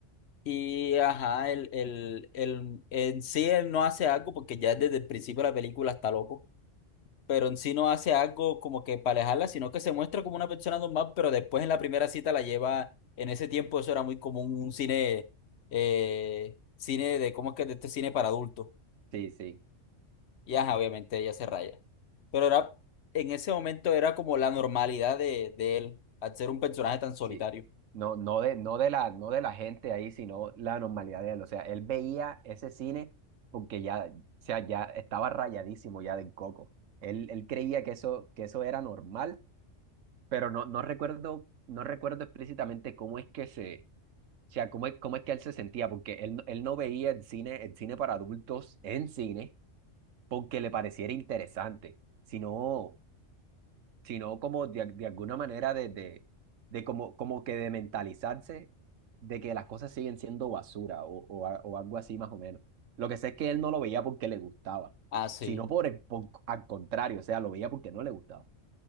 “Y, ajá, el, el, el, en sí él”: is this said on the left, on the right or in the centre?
Left